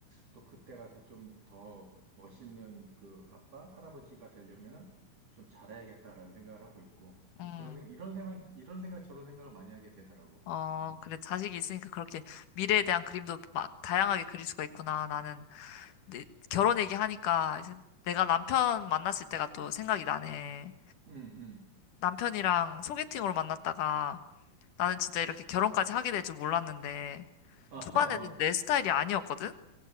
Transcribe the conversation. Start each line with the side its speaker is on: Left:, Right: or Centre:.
Right: 또 그때 가서 좀 더 멋있는 그 아빠, 할아버지가 되려면은 좀 잘해야겠다라는 생각을 하고 있고, 뭐
Left: 음.
Right: 그런, 이런 생각, 이런 생각, 저런 생각을 많이 하게 되더라고.
Left: 어,
Right: 음,
Left: 그래. 자식이 있으니까 그렇게 미래에 대한 그림도 막 다양하게 그릴 수가 있구나. 나는 내- 결혼 얘기하니까 이제 내가 남편 만났을 때가 또 생각이 나네.
Right: 음, 음.
Left: 남편이랑 소개팅으로 만났다가 나는 진짜 이렇게 결혼까지 하게 될 줄 몰랐는데
Right: 어,
Left: 초반에는
Right: <laughs> 어,
Left: 내 스타일이 아니었거든?